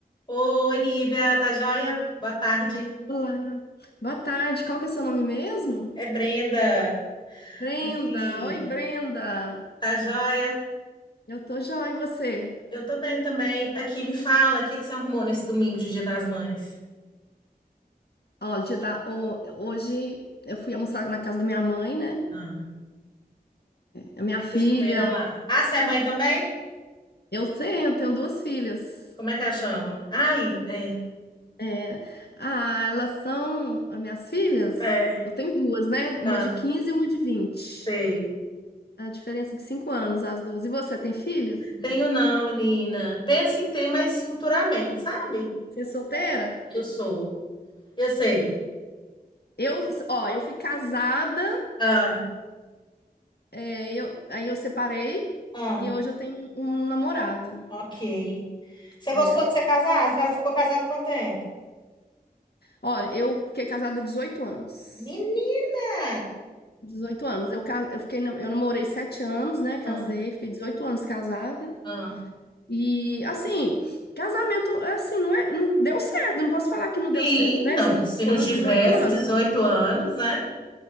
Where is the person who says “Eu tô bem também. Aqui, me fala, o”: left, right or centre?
Left